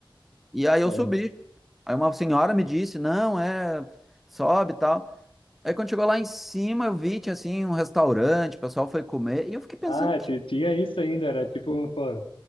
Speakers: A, in the centre; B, on the left.
A: E aí eu
B: caramba.
A: subi. Aí uma senhora me disse: não, é, sobe e tal. Aí quando chegou lá em cima, eu vi, tinha assim um restaurante, o pessoal foi comer, e eu fiquei pensando
B: Ah,
A: que
B: ti- tinha isso ainda, era tipo, pô,